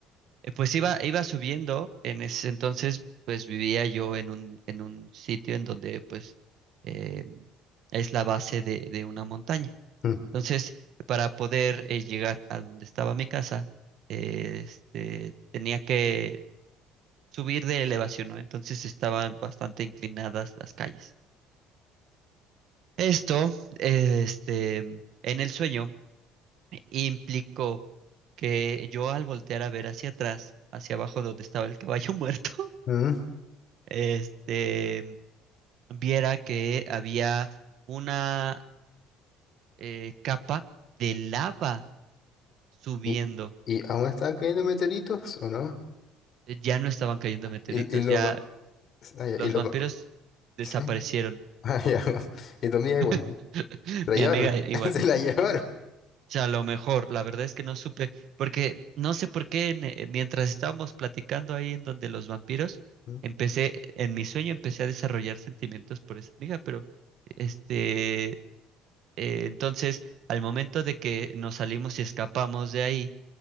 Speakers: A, on the right; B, on the left.
A: eh, pues iba, iba subiendo. En ese entonces, pues vivía yo en un, en un sitio en donde pues eh, es la base de, de una montaña.
B: Mm.
A: Entonces, para poder eh, llegar a donde estaba mi casa, eh, este, tenía que subir de elevación, ¿no? Entonces estaban bastante inclinadas las calles. Esto, eh, este, en el sueño implicó que yo al voltear a ver hacia atrás, hacia abajo donde estaba el caballo <laughs> muerto,
B: Mm.
A: este, viera que había una eh, capa de lava subiendo
B: ¿Y, y aún están cayendo meteoritos o no?
A: eh, ya no estaban cayendo meteoritos,
B: Y, y los...
A: ya
B: va- ah, ya,
A: los
B: y los
A: vampiros
B: va-
A: desaparecieron.
B: ¿Sí? Ah, ya. <laughs> Y tu amiga igual.
A: <laughs>
B: Se la
A: Mi
B: llevaron.
A: amiga igual.
B: <laughs> Se la llevaron.
A: O sea, a lo mejor, la verdad es que no supe, porque no sé por qué en, eh, mientras estábamos platicando ahí en donde los vampiros,
B: Mm,
A: empecé, en mi sueño empecé a desarrollar sentimientos por esa amiga, pero este, eh, entonces, al momento de que nos salimos y escapamos de ahí,